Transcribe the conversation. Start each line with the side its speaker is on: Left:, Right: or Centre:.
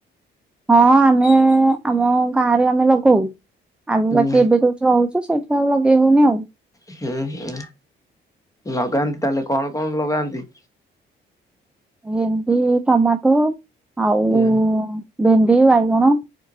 Centre: ହଁ ଆମେ ଆମ ଗାଁରେ ଆମେ ଲଗଉ ଆମ
Left: ହୁଁ
Centre: ବାକି ଏବେ ତ ରହୁଛୁ ସେଇଠି ଆଉ ଲଗେଇ ହଉନି ଆଉ।
Left: ହୁଁ ହୁଁ ଲଗାନ୍ତି ତାହେଲେ କଣ କଣ ଲଗାନ୍ତି।
Centre: ଭେଣ୍ଡି ଟମାଟୋ ଆଉ
Left: ହୁଁ
Centre: ଭେଣ୍ଡି ବାଇଗଣ।